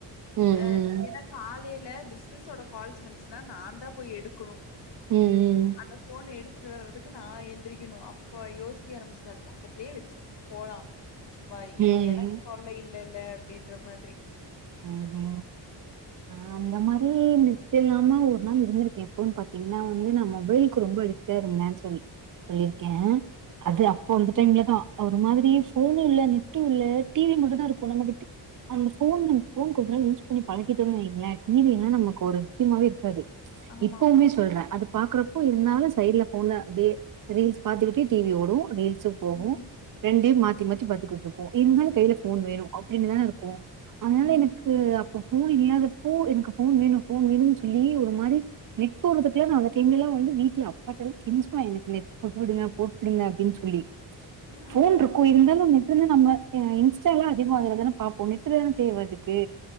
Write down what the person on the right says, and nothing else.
ம்
ம் ம்
ம்.
ம் ம் அ அந்த மாரி நெட்டு இல்லாம ஒரு நாள் இருந்திருக்கே எப்போன்னு பாத்தீங்கன்னா வந்து நா மொபைலுக்கு ரொம்ப அடி டிட்டு இருந்தேன்னு சொல்லி சொல்லிருக்கே அது அப்போ
அந்த டைம்ல தா ஒரு மாதிரி ஃபோனு இல்ல நெட்டு இல்ல டிவி மட்டும் தா இருக்கு நம்மகிட்ட அந்த ஃபோன் ஃபோன் கொஞ்ச நாள் யூஸ் பண்ணி பழக்கிட்டோம்னு வைங்களே டிவி எல்லா நமக்கு ஒரு விஷயமே இருக்காது
இப்பவுமே சொல்றே அது பாக்குறப்போ இருந்தாலு சைட்ல ஃபோன்ல அப்டியே ரீல்ஸ் பாத்துக்கிட்டே டிவி ஓடும் ரீல்ஸ் ஸு போகு
ரெண்டயு மாத்தி மாத்தி பாத்துக்கிட்டு இருப்போ இருந்தாலு கையில ஃபோன் வேணு அப்டின்னுதானே இருக்கு அதுனால
எனக்கு அப்ப ஃபோன் இல்லாதப்போ எனக்கு ஃபோன் வேணு போன் வேணுனு சொல்லி ஒரு மாரி நெட் போடுறதுக்கெல்லா நா அந்த டைம்ல எல்லா வந்து வீட்ல அப்பாட்ட எல்லா கெஞ்சுவ எனக்கு நெட் போட்டு விடுங்க போட்டு விடுங்க அப்டின்னு சொல்லி
ஃபோன் இருக்கு இருந்தாலு நெட் இருந்தா நம்ம இன்ஸ்டா எல்லா அதிகம் அதுலதானே பாப்போ நெட்டு தானே தேவ அதுக்கு